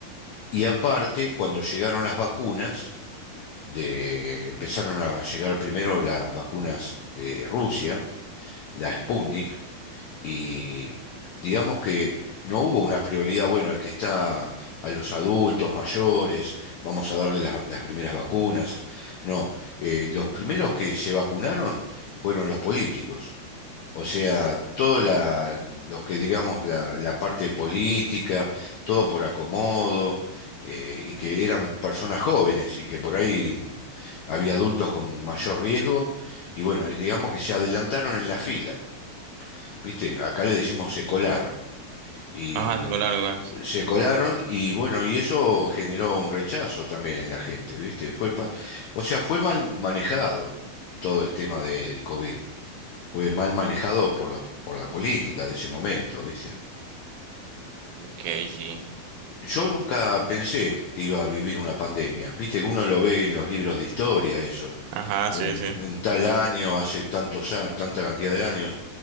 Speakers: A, on the left; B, on the right.
A: Y aparte, cuando llegaron las vacunas, de, empezaron a llegar primero las vacunas de Rusia, la Sputnik, y digamos que no hubo una prioridad, bueno, al que está a los adultos mayores, vamos a darle la- las primeras vacunas. No, eh, los primeros que se vacunaron fueron los políticos. O sea, todo la, lo que digamos la, la parte política, todo por acomodo, eh, y que eran personas jóvenes y que por ahí había adultos con mayor riesgo, y bueno, y digamos que se adelantaron en la fila, ¿viste? Acá le decimos se colaron, y
B: Ajá, claro, igual.
A: se colaron y bueno, y eso generó un rechazo también en la gente, ¿viste? Fue, pa- o sea, fue mal manejado todo el tema del COVID fue mal manejado por la, por la política de ese momento, ¿viste?
B: Ok, sí.
A: Yo nunca pensé que iba a vivir una pandemia, ¿viste? Uno lo ve en los libros de historia, eso,
B: Ajá,
A: en,
B: sí, sí.
A: en tal año, hace tantos, a- tanta cantidad de años.